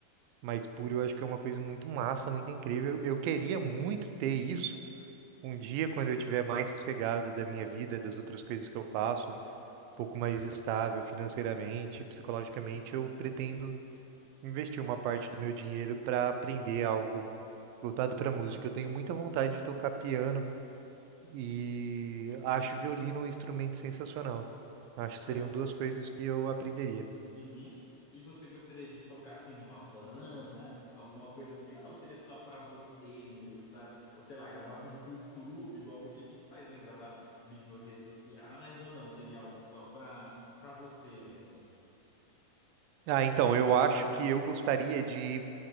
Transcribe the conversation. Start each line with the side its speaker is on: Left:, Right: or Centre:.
Right: mais pura, eu acho que é uma coisa muito massa, muito incrível. Eu queria muito ter isso um dia, quando eu tiver mais sossegado da minha vida, das outras coisas que eu faço, um pouco mais estável financeiramente, psicologicamente, eu pretendo investir uma parte do meu dinheiro para aprender algo voltado para música. Eu tenho muita vontade de tocar piano e acho violino um instrumento sensacional. Acho que
Left: Mas
Right: seriam duas coisas que eu aprenderia.
Left: Uhum. E você gostaria de tocar assim numa banda, alguma coisa assim, ou não? Seria só pra você mesmo, sabe? Ou sei lá, gravar vídeo pro YouTube, igual muita gente faz, né? Gravar vídeo nas redes sociais, ou não? Seria algo só pra, pra você mesmo.
Right: Ah, então, eu acho que eu gostaria de,